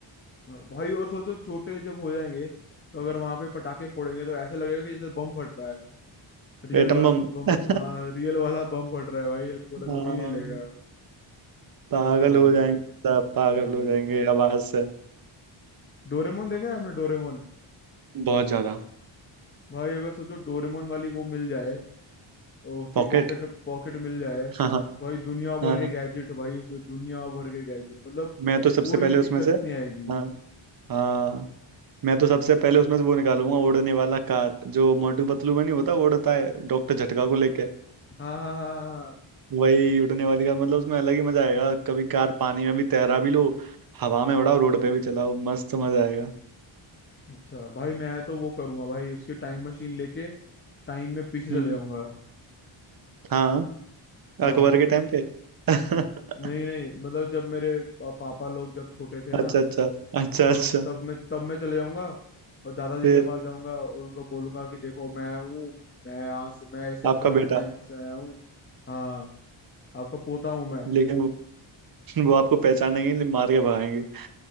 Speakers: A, on the left; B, on the right.
A: हाँ भाई और सोचो छोटे जब हो जाएंगे तो अगर वहां पे पटाखे फोड़ेंगे तो ऐसे लगेगा कि जैसे बम फट रहा है रियल
B: Atom
A: वाला
B: bomb
A: बम
B: <laughs>
A: हाँ रियल वाला बम फट रहा है भाई ये पूरा
B: हाँ,
A: जमीन हिलेगा
B: पागल
A: ओ भाई
B: हो जाएंगे सब पागल
A: सही है
B: हो जाएंगे
A: भाई
B: आवाज से
A: डोरेमोन देखा है आपने डोरेमोन
B: बहुत ज्यादा
A: भाई अगर सोचो डोरेमोन वाली वो मिल जाए और उसकी
B: पॉकेट
A: पॉकेट पॉकेट मिल जाए
B: हाँ हाँ
A: भाई दुनिया भर
B: हाँ।
A: के
B: हाँ।
A: गैजेट भाई उसमें दुनिया भर के गैजेट मतलब
B: मैं तो सबसे
A: कोई
B: पहले
A: दिक्कत
B: उसमें से
A: नहीं आएगी
B: हाँ हाँ मैं तो सबसे पहले उसमें से वो निकालूंगा उड़ने वाला कार जो मोटू पतलू में नहीं होता वो उड़ता है डॉक्टर झटका को लेके
A: हाँ हाँ हाँ हाँ हाँ।
B: वही उड़ने वाली कार मतलब उसमें अलग ही मजा आएगा कभी कार पानी में भी तैरा भी लो हवा में उड़ाओ रोड पे भी चलाओ मस्त मजा आएगा
A: अच्छा भाई मैं तो वो करूंगा भाई उसकी टाइम मशीन लेके टाइम में पीछे चले
B: हम्म
A: जाऊंगा
B: हाँ
A: हाँ
B: अकबर के टाइम पे <laughs>
A: नहीं नहीं मतलब जब मेरे पा, पापा लोग जब छोटे थे ना
B: अच्छा अच्छा अच्छा
A: तब
B: अच्छा
A: तब मैं तब मैं चले जाऊंगा और दादाजी
B: फिर
A: के पास जाऊंगा और उनको बोलूंगा कि देखो मैं हूँ मैं यहाँ से मैं ऐसे
B: आपका
A: पुराने
B: बेटा
A: टाइम से आया हूँ हाँ आपका पोता हूँ मैं
B: लेकिन वो, वो आपको पहचानेंगे नहीं, मार के भगाएंगे